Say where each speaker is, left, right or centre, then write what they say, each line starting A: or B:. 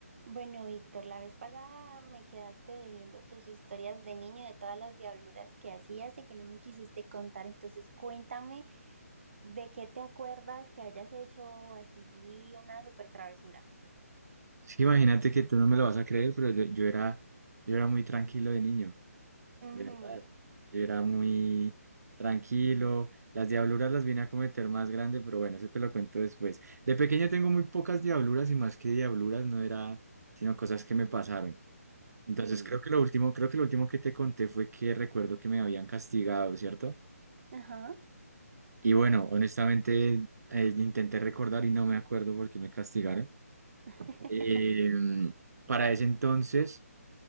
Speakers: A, on the right; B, on the right.
A: Bueno, Víctor, la vez pasada me quedaste debiendo tus historias de niño, de todas las diabluras que hacías y que no me quisiste contar. Entonces, cuéntame de qué te acuerdas que hayas hecho así una super travesura.
B: Sí, imagínate que tú no me lo vas a creer, pero yo, yo era, yo era muy tranquilo de niño, de
A: Ujú,
B: verdad. Yo era muy tranquilo. Las diabluras las vine a cometer más grande, pero bueno, eso te lo cuento después. De pequeño tengo muy pocas diabluras y más que diabluras no era, sino cosas que me pasaron. Entonces
A: Sí,
B: creo que lo último, creo que lo último que te conté fue que recuerdo que me habían castigado, ¿cierto?
A: ajá.
B: Y bueno, honestamente eh, intenté recordar y no me acuerdo por qué me castigaron.
A: <laughs>
B: Eh, para ese entonces